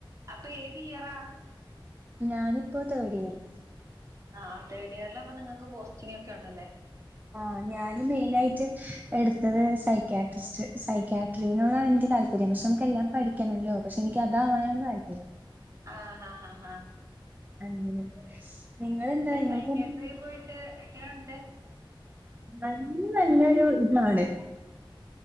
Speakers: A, on the right; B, on the right.
A: അപ്പൊ ഏത് ഇയറാ?
B: ഞാനിപ്പോ തേടിയറ്.
A: ആ തേഡിയറിലാവുമ്പോ നിങ്ങക്ക് പോസ്റ്റിംങ്ങൊക്കെ ഉണ്ടല്ലേ?
B: ആ ഞാന് മെയിനായിട്ട് എട്ത്തത് സൈക്യാട്രിസ്റ്റ് സൈക്യാ. ട്രീനോടാണ് എനിക്ക് താല്പര്യം പക്ഷെ നമുക്ക് എല്ലാം പഠിക്കണല്ലോ പക്ഷെ എനിക്കതാവാനാണ് താല്പര്യം.
A: ആ ഹാ ഹാ ഹാ.
B: അങ്ങനെ നിങ്ങളെന്താ
A: എന്ന്ട്ട്
B: നിങ്ങൾക്ക്
A: സൈക്യാട്ടറി പോയിട്ട് എങ്ങനൊണ്ട്?
B: നല്ല നല്ലൊരു ഇതാണ്.